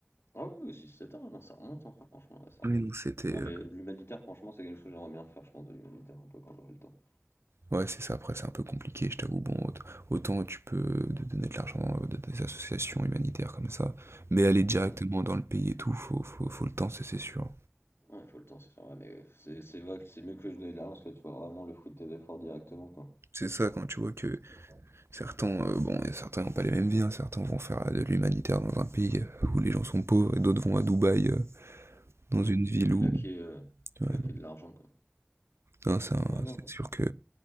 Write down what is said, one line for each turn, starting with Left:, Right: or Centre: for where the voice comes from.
Left: Ah oui, 6-7 ans, non, ça remonte, hein, franchement, ouais, ça
Right: Oui,
Left: remonte.
Right: non, c'était...
Left: Ah
Right: euh,
Left: mais l'humanitaire, franchement, c'est quelque chose que j'aimerais bien faire, je pense, de l'humanitaire un peu quand j'aurai le temps.
Right: Ouais, c'est ça. Après, c'est un peu compliqué, je t'avoue. Bon, aut- autant tu peux de- donner de l'argent à des associations humanitaires comme ça, mais aller directement
Left: Mm.
Right: dans le pays et tout, faut, faut, faut le temps, c'est c'est sûr.
Left: Ouais, faut le temps, c'est sûr, ouais, mais c'est c'est vrai que c'est mieux que je donne de l'argent parce que tu vois vraiment le fruit de tes efforts directement, quoi.
Right: C'est ça, quand tu vois que Certains, euh, bon, et certains n'ont pas les mêmes vies, hein. Certains vont faire euh, de l'humanitaire dans un pays euh, où les gens sont pauvres, et d'autres vont à Dubaï, euh, dans
Left: Mm.
Right: une ville
Left: Claquer,
Right: où...
Left: euh,
Right: Ouais,
Left: claquer
Right: non.
Left: de l'argent, quoi.
Right: Non, c'est un-
Left: Non, non,
Right: c'est sûr que